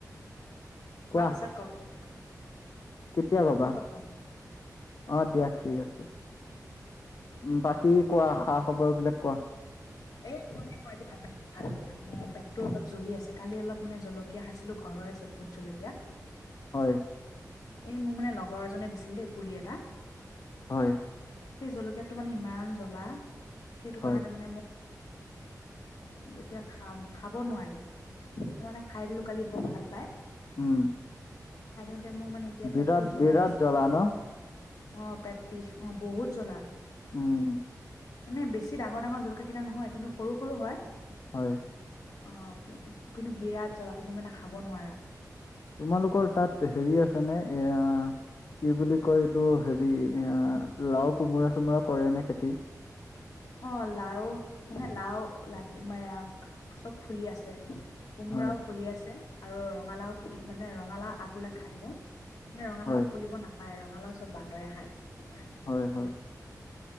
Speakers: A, on the left; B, on the left.
A: কোৱা
B: মই পিছত কম দিয়া তোমাক।
A: কেতিয়া কবা?
B: ক
A: অ দিয়া ঠিক আছে। উ বাকী কোৱা খা খবৰ বিলাক কোৱা?
B: এ মানে মই আজি ভাত <unintelligible> হালধীয়া মানে পেটো অলপ জ্বলি আছে কালি অলপ মানে জলকীয়া খাইছিলো ঘৰৰে ভোট জলকীয়া
A: হয়।
B: এই মোৰ মানে লগৰ এজনী দিছিল দেই পুলি এটা
A: হয়।
B: সেই জলকীয়াতটো মানে ইমান জ্বলা সেইটো
A: হয়
B: কাৰণে মানে মোৰ এতিয়া খাম খাব নোৱাৰি। মই মানে খাই দিলো কালি বৰ ভাল পাই
A: উম।
B: খাই দিওঁতে মোৰ মানে এতিয়া
A: বিৰাট
B: পেটটো জ্বলি
A: বিৰাট
B: আছে
A: জ্বলা ন?
B: অ পেট বিষ, অ বহুত জ্বলা।
A: উম
B: মানে বেছি ডাঙৰ ডাঙৰ জলকীয়াকেইটা নহয় কিন্তু সৰু সৰু হয়।
A: হয়
B: অ কি কিন্তু বিৰাট জ্বলা তুমি মানে খাব নোৱাৰা।
A: তোমালোকৰ তাত হেৰি আছে নে এয়া কি বুলি কয় এইটো হেৰি এ লাও, কোমোৰা চোমোৰা কৰে নে খেতি?
B: অ লাও মানে লাও লাগে মানে আ চব ফুলি আছে কোমোৰাও
A: হয়
B: ফুলি আছে আৰু ৰঙালাও ফুল মানে ৰঙালাও আগবিলাক খাই থাকো। মানে ৰঙালাও
A: হয়
B: ফুলিব নাপায় ৰঙালাও চব বান্দৰে খায়
A: হয় হয়